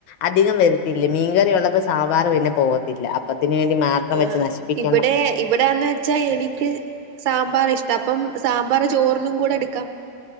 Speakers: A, on the left; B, on the right.
A: അധികം വരത്തില്ലേ മീൻ കറി കറി ഉള്ളപ്പോ സാമ്പാർ പിന്നെ പോകത്തില്ല അപ്പത്തിനെ വേണ്ടി മാത്രം
B: ആഹ്
A: വെച്ച് നശിപ്പിക്ക
B: ഇവിടെ ഇവിടെന്ന് വെച്ചാ എനിക്ക് സാമ്പാർ ഇഷ്ടാ അപ്പം സാമ്പാർ ചോറി കൂടെ എടുക്കാം